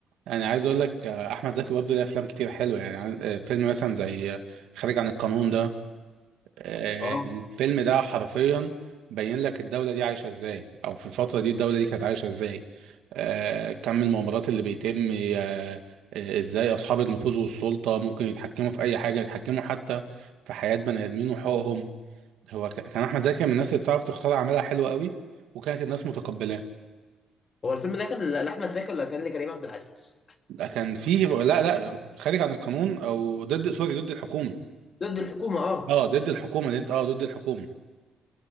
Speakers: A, on the right (about 85°); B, on the left (about 40°).
A: انا عايز اقول لك آه، احمد زكي برضه ليه افلام كتير حلوه يعني عن- آه، فيلم مثلا زي آه، خارج عن القانون ده آه،
B: اه
A: الفيلم ده حرفيا بين لك الدولة دي عايشة ازاي او في الفترة دي الدولة دي كانت عايشة ازاي آه، كم المؤامرات اللي بيتم آه، آه، ازاي اصحاب النفوذ والسلطة ممكن يتحكموا في اي حاجة يتحكموا حتى في حياة بني ادمين وحقوقهم هو ك- كان احمد زكي من الناس اللي بتعرف تختار اعمالها حلوة قوي وكانت الناس متقبلاه
B: هو الفيلم ده كان ل- لاحمد زكي ولا كان لكريم عبد العزيز
A: ده كان فيه لا لا خارج عن القانون او ضد سوري ضد الحكومة
B: ضد الحكومه اه
A: اه ضد الحكومة اللي انت اه ضد الحكومة